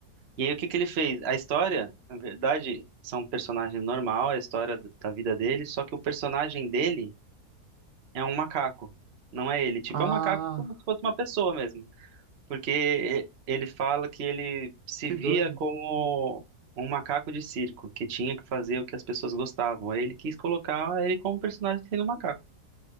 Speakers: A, on the right; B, on the right.
A: E aí, o que que ele fez? A história, na verdade, são um personagem normal, é a história do- da vida dele, só que o personagem dele é um macaco, não é ele. Tipo,
B: Ah,
A: é um macaco como se fosse uma pessoa mesmo. Porque e- ele fala que ele se
B: que
A: via
B: doido,
A: como um macaco de circo, que tinha que fazer o que as pessoas gostavam. Aí ele quis colocar ele como personagem sendo um macaco.